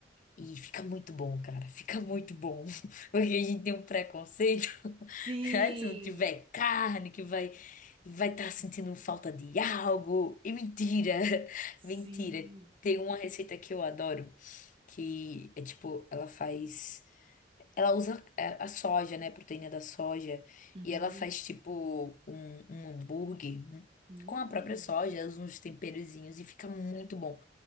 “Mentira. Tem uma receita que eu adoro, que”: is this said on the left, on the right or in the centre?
Left